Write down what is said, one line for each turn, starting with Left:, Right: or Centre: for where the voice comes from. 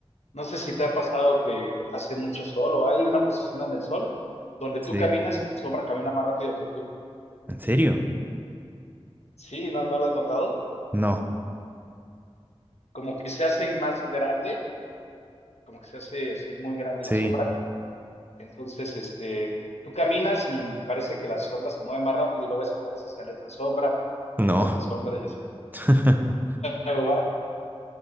Left: no sé si te ha pasado que hace mucho sol o hay una posición en el sol donde
Right: Sí.
Left: tú caminas y tu sombra camina más rápido que tú.
Right: ¿En serio?
Left: Sí, ¿no, no lo has notado?
Right: No.
Left: como que se hace más grande, como que se hace así muy grande
Right: Sí.
Left: la sombra. Entonces, este, tú caminas y parece que la sombra se mueve más rápido y luego desaparece y sale otra sombra y
Right: No.
Left: luego otra sombra y así.
Right: <laughs>
Left: Wow,